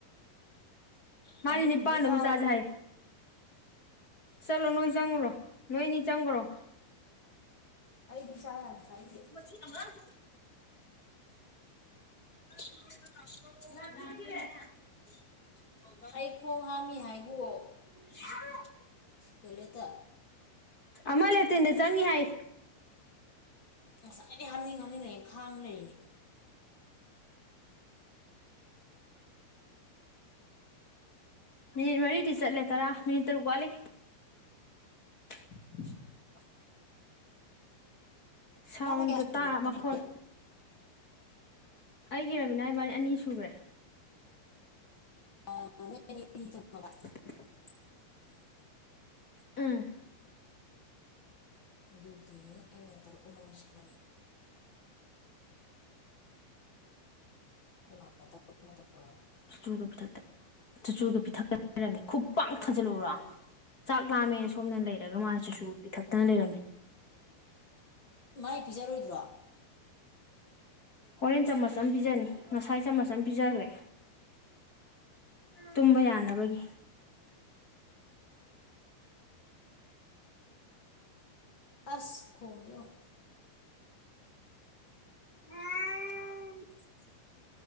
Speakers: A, on the left; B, on the left.
A: ꯃꯥꯗꯤ
B: ꯆꯥꯅꯤꯡꯕꯈꯩ
A: ꯅꯤꯄꯥꯟꯗꯕꯨ
B: ꯆꯥꯔꯣꯌꯣ
A: ꯆꯖꯦ ꯍꯥꯏ ꯆꯂꯣ ꯅꯣꯏ ꯆꯪꯒ꯭ꯔꯣ ꯅꯣꯏꯅꯤ ꯆꯪꯒ꯭ꯔꯣ
B: ꯑꯩꯗꯤ ꯆꯥ ꯌꯥꯝ ꯆꯄꯤꯗꯦ
A: <unintelligible> <unintelligible> <unintelligible>
B: ꯑꯩ ꯈꯣꯡ ꯍꯥꯝꯃꯤ ꯍꯥꯏꯒꯨꯑꯣ
A: <unintelligible>
B: ꯇꯣꯏꯂꯦꯠꯇ
A: ꯃꯥ ꯂꯦꯇꯤꯟꯗ ꯆꯪꯉꯤ ꯍꯥꯏ
B: ꯉꯁꯥꯏꯗꯤ ꯍꯥꯝꯅꯤꯡ ꯍꯥꯝꯅꯤꯡ ꯂꯩ ꯈꯥꯡ ꯂꯩꯅꯦ
A: ꯃꯤꯅꯤꯠ ꯃꯔꯤꯗꯤ ꯆꯠꯂꯦ ꯇꯔꯥ ꯃꯤꯅꯤꯠ ꯇꯔꯨꯛ ꯋꯥꯠꯂꯤ <unintelligible> ꯁꯥꯎꯟꯗꯣ
B: ꯔꯦꯟꯗ ꯀꯌꯥ ꯁꯨꯈ꯭ꯔꯒꯦ
A: ꯇꯥ
B: ꯅꯪꯒꯤ
A: ꯃꯈꯣꯟ ꯑꯩꯒꯤ ꯔꯕꯤꯅꯥ ꯏꯕꯥꯅꯤ ꯑꯅꯤ ꯁꯨꯔꯦ
B: <unintelligible>
A: <unintelligible> ꯎꯝ
B: ꯑꯗꯨꯗꯤ ꯑꯩꯅ ꯇꯔꯨꯛ ꯑꯃ ꯂꯣꯏꯁꯜꯂꯅꯤ <unintelligible> ꯇꯧꯔꯕ
A: ꯆꯨꯆꯨꯒ ꯄꯤꯊꯛꯇ ꯆꯨꯆꯨꯒ ꯄꯤꯊꯛꯇ ꯂꯩꯔꯝꯃꯤ ꯈꯨꯄꯥꯡ ꯊꯥꯖꯜꯂꯎꯔꯣ <unintelligible> ꯆꯥꯛ ꯂꯥꯝꯃꯦ ꯁꯣꯝꯅ ꯂꯩꯔꯒ ꯃꯥꯅ ꯁꯤꯁꯨ ꯄꯤꯊꯛꯇꯅ ꯂꯩꯔꯝꯃꯦ
B: ꯃꯥꯏ ꯄꯤꯖꯔꯣꯏꯗ꯭ꯔꯣ
A: ꯑꯣꯔꯦꯟ ꯆꯥꯃꯁ ꯑꯃ ꯄꯤꯖꯅꯤ ꯉꯁꯥꯏ ꯆꯃꯁ ꯑꯃ ꯄꯤꯖꯈ꯭ꯔꯦ ꯇꯨꯝꯕ ꯌꯥꯅꯕꯒꯤ
B: ꯑꯁ ꯈꯣꯡꯉꯤꯖꯦ ꯌꯦꯡꯎ
A: <inaudible>